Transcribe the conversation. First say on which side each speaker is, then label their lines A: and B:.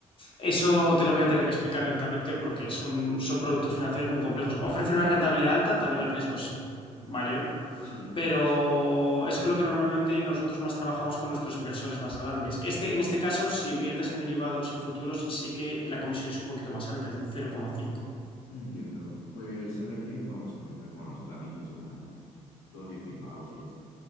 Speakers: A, on the left (about 30°); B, on the left (about 85°).
A: eso te lo voy a tener que explicar lentamente porque son, son productos financieros muy complejos. Ofrecen una rentabilidad alta, también el riesgo es mayor,
B: Sí.
A: pero es con lo que normalmente nosotros más trabajamos con nuestros inversores más grandes. Este, en este caso, si inviertes en derivados y futuros, sí que la comisión es un poquito más alta, es de un 0,5.
B: No entiendo. Pues, ¿sabe qué? Vamos a empezar con los trámites para los 10.000 pavos y ya está.